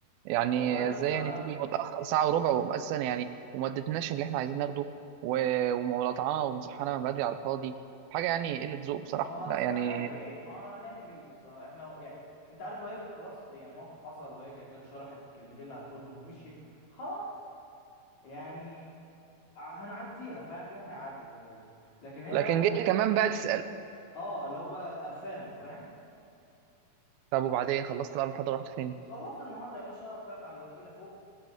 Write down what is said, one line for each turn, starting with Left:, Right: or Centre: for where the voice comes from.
Right: يعني
Left: والله يا
Right: إزاي
Left: اسطى
Right: يعني
Left: انا
Right: تيجي متأخر ساعة وربع وأساسا يعني وما ادتناش اللي إحنا عايزين ناخده و... ومولطعنا ومصحنا من بدري على الفاضي حاجة يعني قلة ذوق بصراحة
Left: ما هو
Right: لا
Left: اصل
Right: يعني
Left: هنعمل ايه ما هو هنعمل ايه يا اسطى احنا يعني انت عارف لو هي كانت خلاص يعني الموقف حصل وهي كانت جت شرحت الكلمتين اللي هتقولهم ومشيت خلاص يعني هنعديها فاهم اليوم هيعدي زي ما بيقول لكن هي
Right: لكن
Left: بقى ايه؟
Right: جاي كمان بقى تسأل
Left: اه اللي هو بقى قرفانه فاهم
Right: طب وبعدين خلصت بقى المحاضرة رحت فين؟
Left: خلصت المحاضرة يا باشا طلعت على الوكيلة فوق